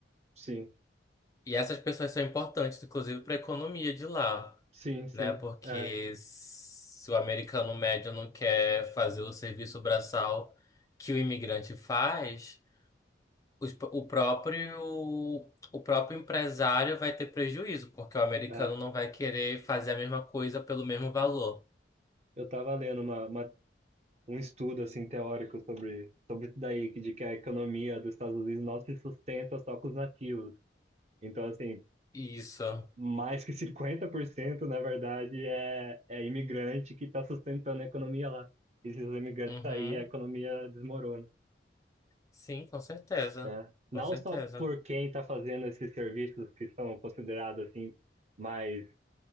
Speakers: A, on the right (about 35°); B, on the left (about 20°).
A: Sim,
B: E essas pessoas são importantes, inclusive, para a economia de lá,
A: sim, sim.
B: né? Porque
A: É,
B: se o americano médio não quer fazer o serviço braçal que o imigrante faz, os- o próprio, o próprio empresário vai ter prejuízo, porque o americano
A: é.
B: não vai querer fazer a mesma coisa pelo mesmo valor.
A: Eu tava lendo uma, uma um estudo assim teórico sobre sobre isso daí, que- de que a economia dos Estados Unidos não se sustenta só com os nativos. Então, assim,
B: Isso.
A: mais que <laughs> 50% na verdade, é, é imigrante que está sustentando a economia lá. E se os imigrantes
B: Uhum.
A: saírem, a economia desmorona,
B: Sim, com certeza.
A: né? Não
B: Com certeza.
A: só por quem está fazendo esses serviços que são considerados assim mais